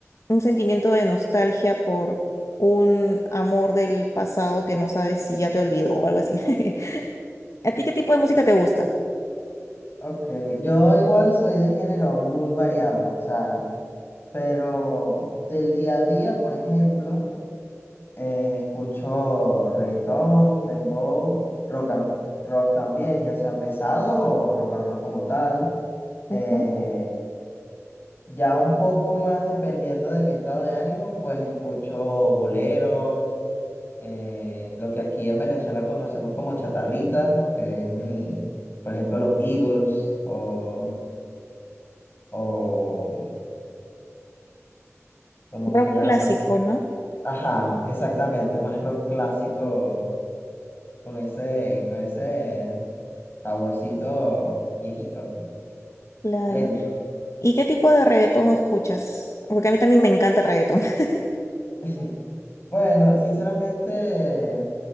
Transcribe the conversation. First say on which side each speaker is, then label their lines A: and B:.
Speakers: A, on the left; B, on the left.
A: un sentimiento de nostalgia por un amor del pasado que no sabes si ya te olvidó o algo así. <laughs> ¿A ti qué tipo de música te gusta?
B: Ok, yo igual soy de género muy variado, o sea, pero del día a día, por ejemplo. Eh, escucho reggaetón, dembow, rock and rock también, ya sea pesado o rock and roll como tal. Eh,
A: Ujú.
B: ya un poco más dependiendo de mi estado de ánimo, pues escucho boleros, eh, lo que aquí en Venezuela conocemos como chatarritas, que es, mm, por ejemplo, los Eagles o, o, ¿cómo
A: Rock
B: se llama?
A: clásico, ¿no?
B: Ajá, exactamente, más rock clásico. con ese, con ese saborcito viejito, pues,
A: Claro.
B: lento.
A: ¿Y qué tipo de reggaetón escuchas? Porque a mí también me encanta el reggaetón. <laughs>
B: <laughs> Bueno, sinceramente,